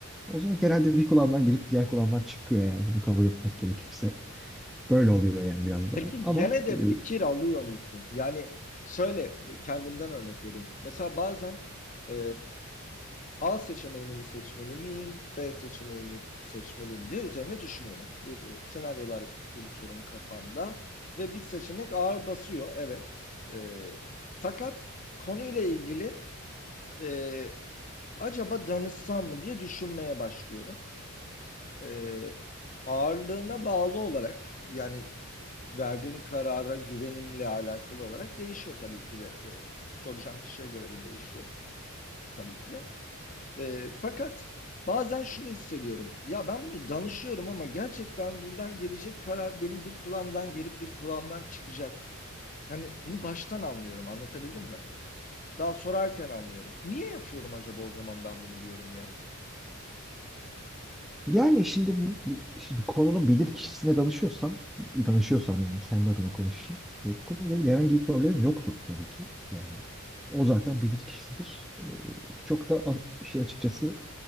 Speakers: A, in the centre; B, on the left.
A: o zaman genelde bir kulağımdan girip diğer kulağımdan çıkıyor yani bunu kabul etmek gerekirse. Böyle oluyor yani biraz da.
B: Peki
A: Ama
B: gene de
A: e,
B: fikir alıyor musun? Yani şöyle kendimden örnek vereyim. Mesela bazen e, A seçeneğini mi seçmeli miyim, B seçeneğini seçmeliyim diye üzerine düşünüyorum. Bir e, senaryolar yürütüyorum kafamda ve bir seçenek ağır basıyor, evet. E, fakat konuyla ilgili e, acaba danışsam mı diye düşünmeye başlıyorum e, ağırlığına bağlı olarak yani verdiğim karara güvenimle alakalı olarak değişiyor tabii ki de. E, soracağım kişiye göre de değişiyor tabii ki de. E, fakat bazen şunu hissediyorum. Ya ben bunu danışıyorum ama gerçekten buradan gelecek karar benim bir kulağımdan gelip bir kulağımdan çıkacak. Hani bunu baştan anlıyorum. Anlatabildim mi? Daha sorarken anlıyorum. Niye yapıyorum acaba o zaman ben bunu diyorum ya?
A: yani şimdi bu bir- şimdi bir konunun bilir kişisine danışıyorsam, danışıyorsam yani kendi adıma konuşayım. E, Bu konuyla ilgili herhangi bir problemim yoktur tabii ki. Yani o zaten bilir kişisidir. E, çok da a- işin açıkçası